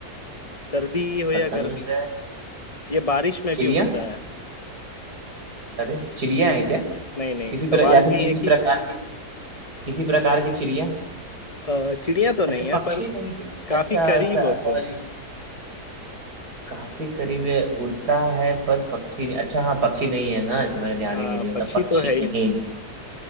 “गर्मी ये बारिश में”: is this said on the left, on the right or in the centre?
Left